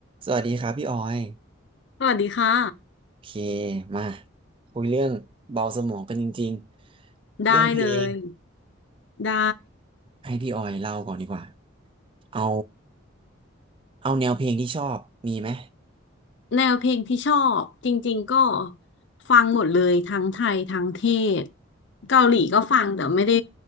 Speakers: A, on the right; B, on the left.
A: สวัสดีครับพี่ออย
B: สวัสดีค่ะ
A: โอเคมาคุยเรื่องเบาสมองกันจริงๆเรื่องเพลง
B: ได้เลยได้
A: ให้พี่ออยเล่าก่อนดีกว่าเอาเอาแนวเพลงที่ชอบมีไหม
B: แนวเพลงที่ชอบจริงๆก็ฟังหมดเลยทั้งไทยทั้งเทศเกาหลีก็ฟังแต่ไม่ได้